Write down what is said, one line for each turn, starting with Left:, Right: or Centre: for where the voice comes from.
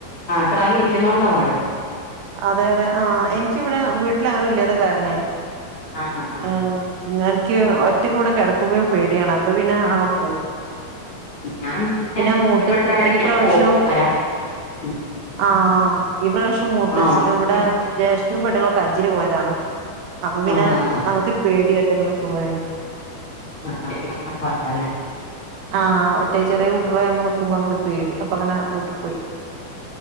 Left: അത്രആള് നിക്കുന്നത കൊണ്ടാ പാട്.
Right: അതെ അതെ ആഹ് എനിക്കിവിടെ വീട്ടിൽ ആരും ഇല്ല്യ ത് കാരണേ
Left: ആ ആ ആ
Right: ആഹ് ന്നാന്ക്ക് ക്ക് ഒറ്റക്ക് ഇവടെ കിടക്കുമ്പോഴും പേടിയാണ് അപ്പൊ പിന്നെ അങ്ങോട്ട് പോകും.
Left: ഞാൻ
Right: പിന്നെ മൂത്തച്ചൻ
Left: എപ്പോഴാണേലും
Right: ഈ പ്രാവശ്യം
Left: പോയി വരാം ഉം
Right: ആഹ് ഈ പ്രാവശ്യം മോ ത്തച്ചി
Left: ആ ഒറ്റ
Right: ഇവിടെ ജേഷ് <unintelligible> ഹജ്ജിന് പോയതാണ് അപ്പൊ പിന്നെ
Left: ആ ആ ആ
Right: നമുക്കൊരു പേടി <unintelligible>
Left: <inaudible>
Right: ആ ചെറിയ കുട്ടികളെ നമ്മള് <unintelligible> പേടി അപ്പൊ അങ്ങനെ റോട്ടിൽ പോയി